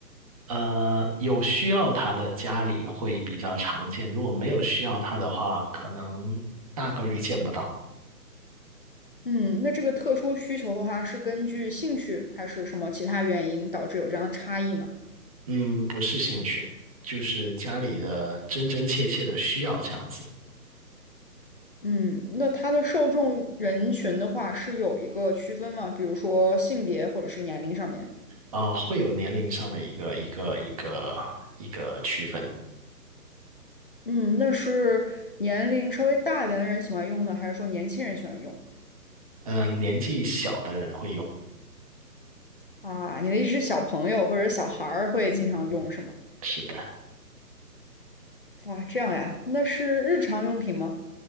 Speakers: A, on the right; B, on the left.
A: 呃，有需要它的家里会比较常见，如果没有需要它的话，可能大概率见不到。
B: 嗯，那这个特殊需求的话，是根据兴趣还是什么其他原因导致有这样的差异呢？
A: 嗯，不是兴趣，就是家里的真真切切的需要这样子。
B: 嗯，那它的受众人群的话是有一个区分吗？比如说性别或者是年龄上面？
A: 啊、会有年龄上的一个一个一个一个区分。
B: 嗯，那是年龄稍微大一点的人喜欢用呢，还是说年轻人喜欢用？
A: 嗯、年纪小的人会用，
B: 啊，你的意思是小朋友或者小孩儿会经常用是吗？
A: 嗯，是的，
B: 哇，这样呀，那是日常用品吗？